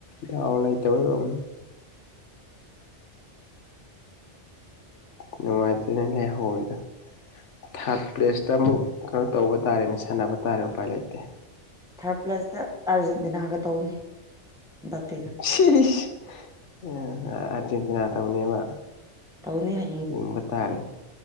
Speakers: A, on the left; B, in the centre.
A: ꯗꯥꯎ ꯂꯩꯇꯕꯩ ꯑꯣꯏꯔꯝꯅꯤ ꯅꯨꯡꯉꯥꯏꯇꯔꯤꯅꯦ ꯂꯩꯍꯧꯔꯤꯗꯣ ꯊꯥꯔꯠ ꯄ꯭ꯂꯦꯁꯇ ꯑꯃꯨꯛ ꯀꯩꯅꯣ ꯇꯧꯕ ꯇꯥꯔꯦꯅꯦ ꯁꯥꯟꯅꯕ ꯇꯥꯔꯦ ꯎꯄꯥꯏ ꯂꯩꯇꯦ
B: ꯊꯥꯔꯠ ꯄ꯭ꯂꯦꯁꯇ ꯑꯥꯔꯖꯦꯟꯇꯤꯅꯥꯒ ꯇꯧꯅꯤ ꯕꯄꯤꯒ
A: ꯁꯤꯌ ꯑꯔꯖꯦꯟꯇꯤꯅꯥ ꯇꯧꯅꯦꯕ
B: ꯇꯧꯅꯦ ꯍꯥꯏ
A: ꯌꯦꯡꯕ ꯇꯥꯔꯦ